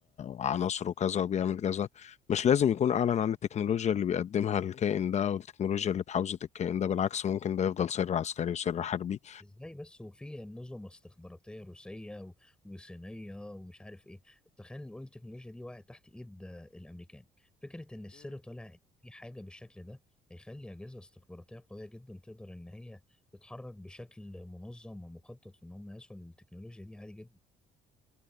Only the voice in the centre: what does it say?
ازاي بس وفي نظم استخباراتيه روسيه و- وصينيه ومش عارف ايه تخيل نقول التكنولوجيا دي وقعت تحت ايد آه، الامريكان فكره ان السر طالع إن في حاجه بالشكل ده هيخلي اجهزه استخباراتيه قويه جدا تقدر ان هي تتحرك بشكل منظم ومخطط في ان هم يسوا للتكنولوجيا دي عادي جدا